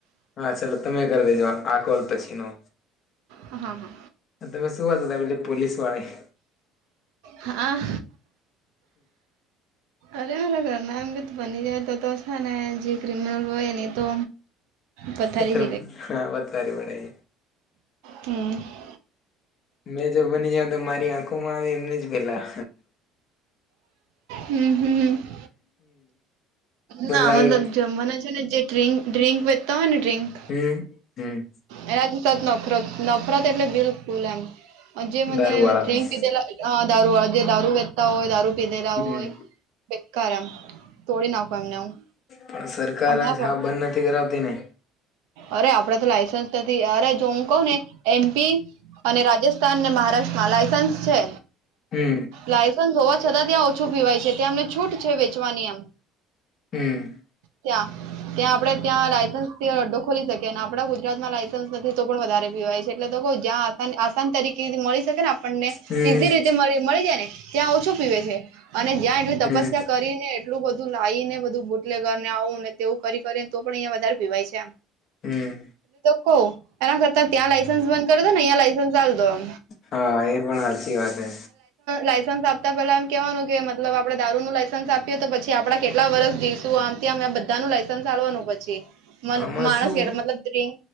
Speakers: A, on the left (about 35°); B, on the right (about 85°).
A: હા ચાલો તમે ઘરે દેજો આ કોલ પછી નો.
B: હા હા.
A: હા તમે શું વાત તમે પેલા પોલીસ. વાળી
B: હા. અરે મારા ઘરના એમ બી બની જાય તો તો છે ને જે ક્રિમિનલ હોય એની તો. પથારી
A: પત્રરમ હ પતરી પણે.
B: હમ્મ.
A: મેં જો બની જાવ તો મારી આંખોમાં આવે એમને જ પેલા
B: હમ હમ હ
A: મને
B: ના
A: લાગે
B: મતલબ જમવાના છેને, જે ડ્ર ડ્રિંક વેચતા હોય ને ડ્રિંક
A: હમ્મ હમ્મ.
B: એનાથી તો નફરત નફરત એટલે બિલકુલ એમ જે મને
A: દારૂ વાળાથી
B: ડ્રિન્ક પીધેલા અ દારૂ જે દારૂ વેચતા હોય દારૂ પીધેલા
A: હમ
B: હોય બેકાર એમ. તોડી નાખો એમને હું
A: પણ સરકાર
B: હમણાં
A: જ
B: પણ
A: હા બંધ નથી કરાવતી ને.
B: અરે આપડે તો લાઈસન્સ નથી અરે જો હું કહું ને એમપી અને રાજસ્થાનને મહારાષ્ટ્રમાં લાયસન્સ છે.
A: હમ્મ
B: લાયસન્સ હોવા છતાં ત્યાં ઓછું પીવાય છે ત્યાં અમને છૂટ છે, વેચવાની એમ
A: હમ્મ
B: ત્યાં ત્યાં આપડે ત્યાં લાયસન્સડો ખોલી શકીએ અને આપણા ગુજરાતમાં લાાયસન્સ નથી તો પણ વધારે પીવાય છે એટલે લોકો જ્યાં આ આસાન તરીકેથી મળી શકે ને આપણે આપને
A: હમ
B: ઈઝી રીતે મળી જાય ને ત્યાં ઓછું પીવે છે. અને જ્યાં એટલી
A: હમ
B: તપસ્યા કરીને એટલું બધું લાવી ને બધું બુટલે ઘર ને આવું ને તેવું કરી કરી તો પણ અહં વધારે પીવાય છે આમ
A: હમ્મ
B: હો એના કરતા ત્યાં લયસન્સ બંધ કરતો લયસન્સ ચાલી રાખો
A: હા એ પણ સાચી વાત છે.
B: લાયસન્સ આપતા પેલા એમ ક કેવાનું કે મતલબ આપણે દારૂનું લાયસન્સ આપીએ તો પછી આપડા કેટલા વર્ષ જઈશ તું આમ ત આમ બધા નું લાયસન્સ આપવાનું પછી મ
A: આમાં
B: માણસ
A: શું
B: <inaudible> મતલબ રિક